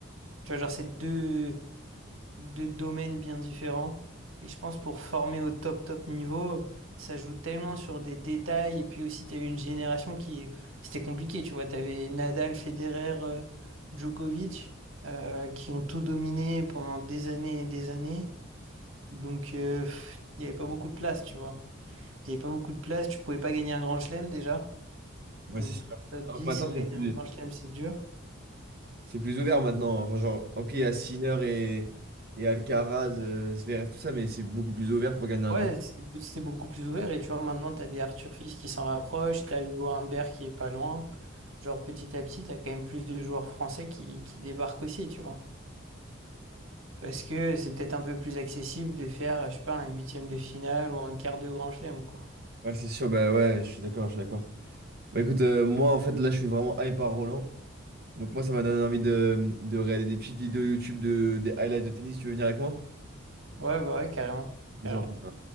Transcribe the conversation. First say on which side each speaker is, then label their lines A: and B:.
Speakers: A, on the right; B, on the right.
A: Tu vois, genre, c'est deux deux domaines bien différents. Et je pense pour former au top top niveau, ça joue tellement sur des détails. Et puis aussi, tu as eu une génération qui... C'était compliqué, tu vois. Tu avais Nadal, Federer, euh, Djokovic, euh, qui ont tout dominé pendant des années et des années. Donc, euh, pff, il n'y avait pas beaucoup de place, tu vois. Il n'y avait pas beaucoup de place, tu pouvais pas gagner un grand chelem déjà.
B: Ouais,
A: Donc,
B: c'est
A: pour
B: sûr.
A: le top
B: Alors
A: 10
B: que maintenant,
A: sans gagner
B: c'est plus,
A: un grand chelem, c'est dur.
B: c'est plus ouvert maintenant. Enfin, genre, ok, il y a Sinner et, et Alcaraz, euh, Zverev, tout ça, mais c'est beaucoup plus ouvert pour gagner un
A: Ouais,
B: grand.
A: c'est c'est beaucoup plus ouvert et tu vois, maintenant, t'as des Arthur Fils qui s'en rapprochent, t'as Hugo Humbert qui est pas loin. Genre, petit à petit, t'as quand même plus de joueurs français qui, qui débarquent aussi, tu vois. Parce que c'est peut-être un peu plus accessible de faire, je sais pas, un huitième de finale ou un quart de grand chelem, quoi.
B: Ouais, c'est sûr, bah ouais, je suis d'accord, je suis d'accord. Bah écoute, euh, moi en fait là je suis vraiment hype par Roland. Donc moi ça m'a donné envie de, de regarder des petites vidéos YouTube de, des highlights de tennis. Tu veux venir avec moi?
A: Ouais, bah ouais, carrément.
B: Vas-y,
A: Carrément.
B: on fait ça.